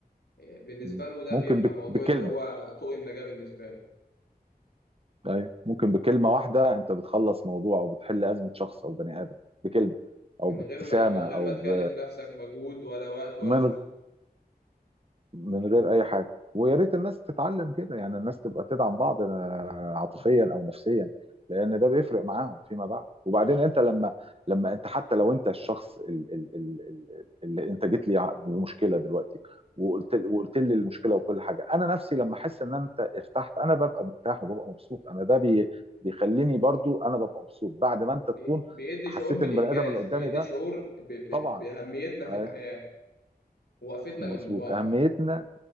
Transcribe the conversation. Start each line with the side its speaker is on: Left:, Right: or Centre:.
Left: بالنسبة
Right: مم.
Left: له ده
Right: ممكن
Left: بيبقى
Right: بك-
Left: موضوع
Right: بكلمه
Left: اللي هو طوق النجاة بالنسبة له
Right: ايوه ممكن بكلمه واحده انت بتخلص موضوع او بتحل ازمه شخص او بني ادم بكلمه
Left: من
Right: او بابتسامه
Left: غير ما من غير
Right: او
Left: ما تكلف
Right: ب...
Left: نفسك مجهود ولا وقت ولا
Right: من
Left: فلوس
Right: من غير اي حاجه ويا ريت الناس تتعلم كده يعني الناس تبقى تدعم بعض آه، عاطفيا او نفسيا لان ده بيفرق معاهم فيما بعد وبعدين انت لما لما انت حتى لو انت الشخص ال- ال- ال- ال- اللي انت جيت لي ع- بمشكله دلوقتي وقلت وقلت لي المشكله وكل حاجه انا نفسي لما احس ان انت ارتحت انا ببقى مرتاح وببقى مبسوط انا ده بي بيخليني برضو انا ببقى مبسوط بعد ما انت تكون
Left: بي- بيدي
Right: حسيت
Left: شعور بالإنجاز
Right: ان البني ادم اللي قدامي
Left: بيدي
Right: ده
Left: شعور ب... ب...
Right: طبعا
Left: بأهميتنا في
Right: آه،
Left: الحياة ووقفتنا
Right: مظبوط
Left: جنب بعض
Right: اهميتنا